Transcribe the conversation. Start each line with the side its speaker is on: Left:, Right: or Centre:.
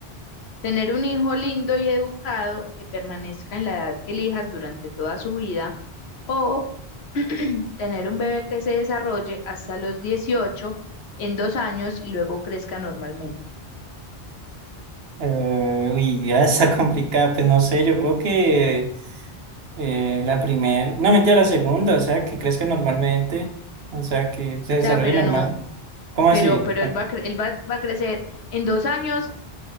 Left: Tener un hijo lindo y educado que permanezca en la edad que elijas durante toda su vida o <clears throat> tener un bebé que se desarrolle hasta los 18 en dos años y luego crezca normalmente.
Right: Eh, uy, ya está <laughs> complicada. Pues no sé, yo creo que eh, la primera, no mentira, la segunda, o sea, que crezca normalmente, o sea, que se desarrolle
Left: O sea, pero
Right: normal.
Left: no,
Right: ¿Cómo
Left: pero,
Right: así?
Left: pero él va a, cre- él va, va a crecer en dos años,